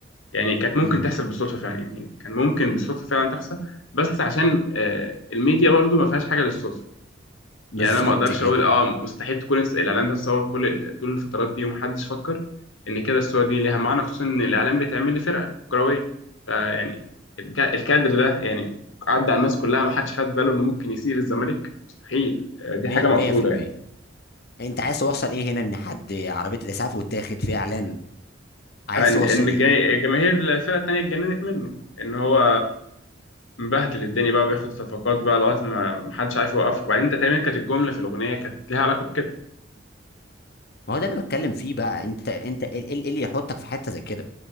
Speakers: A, on the left; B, on the left.
A: يعني كانت ممكن
B: امم
A: تحصل بالصدفه فعلا يعني كان ممكن بالصدفه فعلا تحصل بس عشان آه، الميديا برضو ما فيهاش حاجه للصدفه
B: بالظبط
A: يعني انا ما اقدرش
B: كده
A: اقول اه مستحيل تكون الس- الاعلام ده اتصور كل ال- طول الفترات دي ومحدش فكر ان كده الصور دي ليها معنى خصوصا ان الاعلام بيتعمل لفرقه كرويه فيعني الك- الكادر ده يعني عدى على الناس كلها ما حدش خد باله انه ممكن يسيء للزمالك مستحيل آه، دي حاجه مقصوده
B: 100%
A: يعني
B: انت عايز توصل ايه هنا ان حد عربيه الاسعاف وتاخد فيها اعلان عايز
A: آه، ان
B: توصل
A: إن
B: ايه
A: جا- جماهير الفرقه التانيه اتجننت منه ان هو مبهدل الدنيا بقى وبياخد صفقات بقى لغايه ما محدش عارف يوقفه وبعدين انت تقريبا كانت الجمله في الاغنيه كانت ليها علاقه بكده
B: ما هو ده اللي بتكلم فيه بقى انت انت ايه إيه- إيه اللي يحطك في حته زي كده